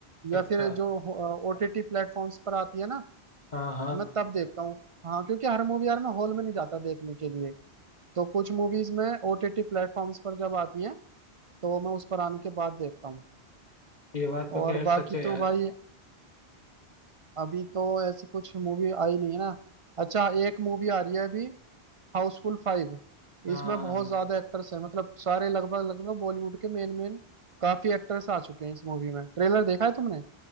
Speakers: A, on the left (about 40°); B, on the right (about 55°).
A: अच्छा
B: या फिर जो ओटीटी प्लेटफॉर्म्स पर आती है ना
A: हाँ हाँ
B: मैं तब देखता हूँ हाँ क्योंकि हर मूवी यार मैं हॉल में नहीं जाता देखने के लिए तो कुछ मूवीज में ओटीटी प्लेटफॉर्म्स पर जब आती है तो मैं उस पर आने के बाद देखता हूँ
A: ये बात तो खैर
B: और बाकी
A: सच है यार
B: तो भाई अभी तो ऐसी कुछ मूवी आई नहीं है ना अच्छा एक मूवी आ रही है अभी हाउसफुल फाइव
A: हाँ
B: इसमें बहुत ज्यादा एक्टर्स हैं मतलब सारे लगभग लगभग बॉलीवुड के मेन मेन काफी एक्टर्स आ चुके हैं इस मूवी में ट्रेलर देखा है तुमने